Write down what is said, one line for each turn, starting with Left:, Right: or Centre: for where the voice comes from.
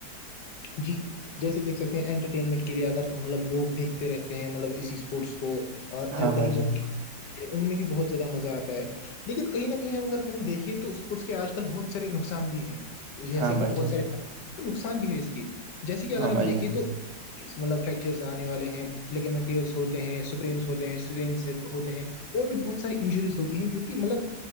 Left: جی جیسے دیکھ سکتے ہیں انٹرٹینمنٹ کے لیے اگر مطلب لوگ دیکھتے رہتے ہیں مطلب اس اسپورٹس کو کہئی
Right: ہاں بھائی
Left: لوگ
Right: جان
Left: ان میں بھی بہت زیادہ مزہ آتا ہے لیکن کہیں نہ کہیں ہم اگر ہم دیکھیں تو اسپورٹس کے آج کل بہت سارے نقصان بھی ہیں جیسے
Right: ہاں
Left: کہ
Right: بھائی
Left: بہت
Right: جان
Left: سارے نقصان بھی ہے اس کے جیسے کہ اگر
Right: ہاں
Left: ہم
Right: بھائی
Left: دیکھیے
Right: جان
Left: تو مطلب فریکچرس آنے والے ہیں لگی منٹیلس ہوتے ہیں سپرینس ہوتے ہیں اسپرینس ہوتے ہیں اور بھی بہت ساری انجریز ہوتی ہیں جو کہ مطلب